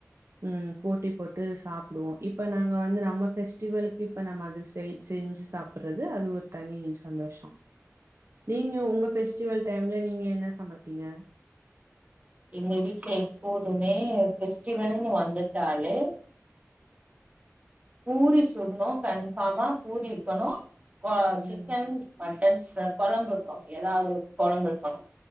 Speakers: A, on the right (about 55°); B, on the right (about 25°).
A: ம் போட்டி போட்டு சாப்பிடுவோ இப்ப நாங்க வந்து நம்ம ஃபெஸ்ட் டிவல்க்கு இப்ப நம்ம அது செ செஞ்சி சாப்ட்றது அது ஒரு தனி சந்தோஷோ நீங்க உங்க ஃபெஸ்டிவல் டைம்ல நீங்க என்ன சமப்பீங்க
B: எங்க வீட்ல எப்போதுமே ஃபெஸ்டிவல்னு வந்துட்டாலே பூரி சுட்ணு கன்ஃபார்மா பூரி இருக்கனு
A: ம்
B: சிக்கன் மட்டன்ஸ் கொழம்பு இருக்கு ஏதாவது ஒரு கொழம்பு இருக்கனு